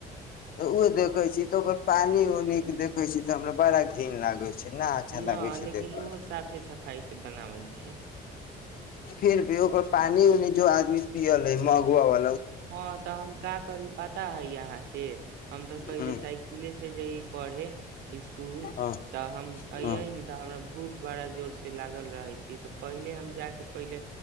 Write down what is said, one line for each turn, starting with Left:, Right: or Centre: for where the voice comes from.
Left: तऽ उ देखे छी तऽ ओकर पानी उनी के देखे छी त हमरा बड़ा घिन लागे छै अच्छा
Right: न
Left: लागै छै
Right: लेकिन
Left: देखे
Right: ओ
Left: मे
Right: साफे सफाई से बनाबै छै <inaudible>
Left: फिर भी ओकर पानी उनि जो आदमी पियल ह मंग वग वाल
Right: हँ तऽ हम का करी पता हइ अहाँके हम तऽ पहिले
Left: ह
Right: साइकिले से जइ पढ़े इसकूल
Left: ह
Right: तऽ हम एयये
Left: ह
Right: तऽ हमरा भूख बड़ा जोर से ल रहै छी तऽ पहिले हम जाके पहिले